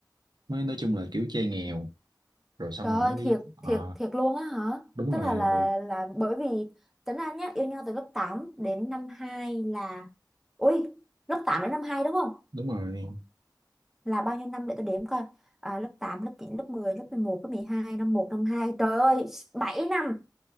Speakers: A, on the right; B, in the centre.
A: mới nói chung là kiểu chơi nghèo rồi xong
B: Trời
A: rồi
B: ơi,
A: mới đi
B: thiệt
A: ờ
B: thiệt thiệt luôn á hả?
A: đúng
B: Tức
A: rồi
B: là là là bởi vì tính anh nhá, yêu nhau từ lớp 8 đến năm 2 là Ui, lớp 8 đến năm 2 đúng không?
A: đúng rồi
B: Là bao nhiêu năm để tôi đếm coi. À, lớp 8, lớp 9, lớp 10, lớp 11, lớp 12, năm một, năm 2, Trời ơi, 7 năm.